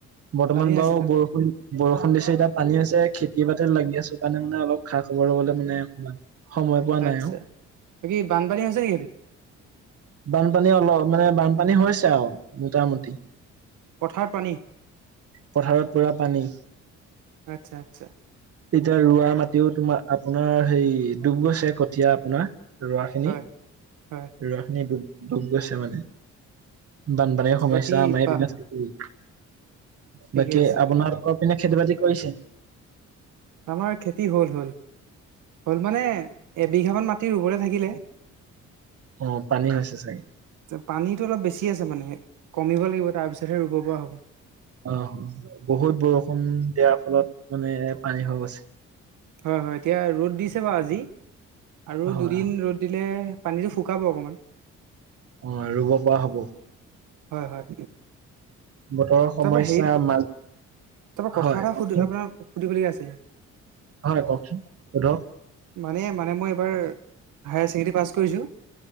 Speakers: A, on the right (about 50°); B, on the right (about 80°).
A: বৰ্তমান
B: পানী
A: বাৰু
B: আছিলে
A: বৰষুণ বৰষুণ দিছে যেতিয়া পানী আছে খেতি বাতিত লাগি আছো কাৰণে মানে অলপ খা খবৰ লবলৈ মানে অকমান সময় পোৱা
B: আচ্ছা
A: নাই ঔ।
B: বাকী বানপানী হৈছে নেকি ইহঁতি
A: বানপানী অলপ মানে বানপানী হৈছে আৰু মোটামুটি।
B: পথাৰ পানী
A: পথাৰত পুৰা পানী।
B: আচ্ছা আচ্ছা
A: এতিয়া ৰোৱা মাটিও তোমাৰ আপোনাৰ হেই ডুব গৈছে কঠীয়া আপোনাৰ। ৰোৱা খিনি
B: হয় হয়
A: ৰোৱা খিনি ডুব গৈছে মানে। বানপানীৰ সমস্যা
B: বাকী
A: আমাৰ
B: পা
A: এইপিনে থাকেই।
B: ঠিকে
A: বাকী
B: আছে
A: আপোনাৰ দখৰ পিনে খেতি বাতি কৰিছে?
B: আমাৰ খেতি হল হ'ল, হ'ল মানে এবিঘামান মাটি ৰুবলে থাকিলে।
A: অ পানী হৈছে চাগে।
B: আ পানীটো অলপ বেছি আছে মানে কমিব লাগিব তাৰপিছতহে ৰুব পৰা হ'ব।
A: অ বহুত বৰষুণ দিয়াৰ ফলত মানে পানী হৈ গৈছে।
B: হয় হয় এতিয়া ৰ'দ দিছে বাৰু আজি আৰু
A: হয়
B: দুদিন
A: হয়।
B: ৰ'দ দিলে পানীটো শুকাব অকণমান
A: অ ৰুব পৰা হ'ব।
B: হয় হয়।
A: বতৰৰ সমস্যা
B: তাপা হেৰি,
A: মাজ
B: তাপা
A: হয়
B: কথা এটা
A: কওকচোন
B: সুধি আপোনাক সুধিবলগীয়া আছিলে।
A: হয় কওকচোন সোধক
B: মানে মানে মই এইবাৰ হায়াৰ ছেকেণ্ডেৰী পাছ কৰিছোঁ